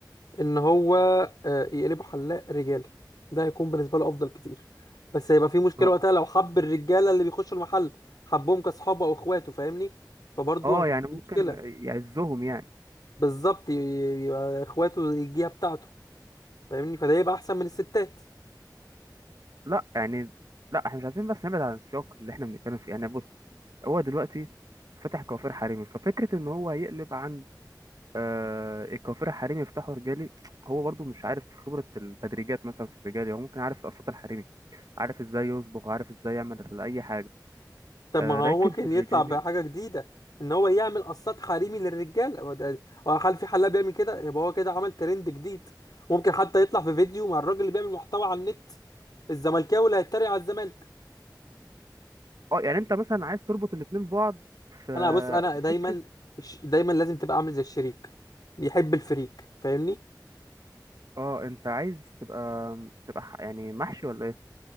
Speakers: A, on the left; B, on the right.
A: ان هو آه، يقلبه حلاق رجالي ده هيكون بالنسبة له افضل كتير بس هيبقى في مشكلة
B: اه
A: وقتها لو حب الرجالة اللي بيخشوا المحل حبهم كاصحابه او اخواته فاهمني فبرضه
B: آه،
A: هتبقى
B: يعني ممكن
A: في مشكلة
B: يعزهم يعني
A: بالظبط ي- يبقى اخواته يجيها بتاعته فاهمني فده يبقى احسن من الستات
B: لا يعني لا احنا مش عايزين بس نبعد عن السياق اللي احنا بنتكلم فيه يعني بص هو دلوقتي فتح كوافير حريمي ففكرة إن هو يقلب عن آه الكوافير حريمي يفتحوا رجالي هو برضو مش عارف خبرة التدريجات مثلا في الرجالي هو ممكن عارف القصات الحريمي عارف ازاي يصبغ عارف ازاي يعمل أي حاجة
A: طب
B: آه
A: ما هو
B: لكن
A: ممكن
B: في الرجالي
A: يطلع بحاجة جديدة ان هو يعمل قصات حريمي للرجال هو ده- هو هل في حلاق بيعمل كده يبقى هو كده عمل ترند جديد ممكن حتى يطلع في فيديو مع الراجل اللي بيعمل محتوى على النت الزملكاوي اللي هيتريق على الزمالك
B: اه يعني انت مثلا عايز تربط الاتنين ببعض في
A: انا بص انا
B: في
A: دايما
B: فكرة
A: الش- دايما لازم تبقى عامل زي الشريك بيحب الفريق فاهمني
B: اه انت عايز تبقى تبقى ح- يعني محشي ولا ايه